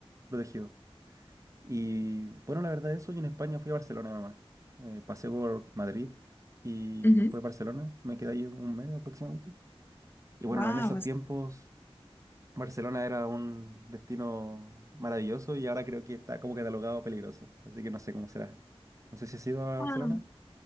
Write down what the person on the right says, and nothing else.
protegido. Y bueno, la verdad es hoy en España fui a Barcelona nomás. Eh, pasé por Madrid y
después Barcelona, me quedé ahí un mes aproximadamente. Y bueno,
en esos tiempos Barcelona era un destino maravilloso y ahora creo que está como catalogado peligroso, así que no sé cómo será. No sé si has ido a
Barcelona.